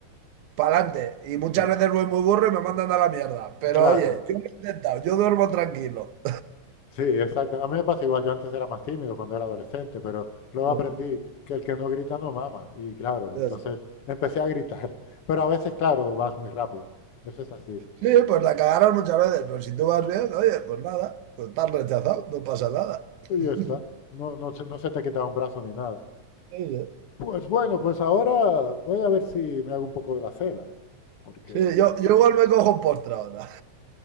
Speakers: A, on the right (about 80°); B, on the left (about 55°).
A: pa'lante. Y muchas
B: Eh,
A: veces voy muy burro y me mandan a la mierda, pero
B: claro.
A: oye, yo lo he intentado, yo duermo tranquilo.
B: Sí, exacto. A mí me pasa igual. Yo antes era más tímido cuando era adolescente, pero luego
A: Sí,
B: aprendí que el que no grita no mama. Y claro,
A: eso.
B: entonces empecé a gritar. <laughs> Pero a veces, claro, vas muy rápido. Eso es así.
A: Sí, pues la cagaron muchas veces, pero si tú vas bien, oye, pues nada, pues estás rechazado, no pasa nada. <laughs>
B: Y ya está. No, no se, no se te ha quitado un brazo ni nada.
A: Eso.
B: Pues bueno, pues ahora voy a ver si me hago un poco de la cena, porque
A: Sí, yo, yo igual me cojo un postre ahora.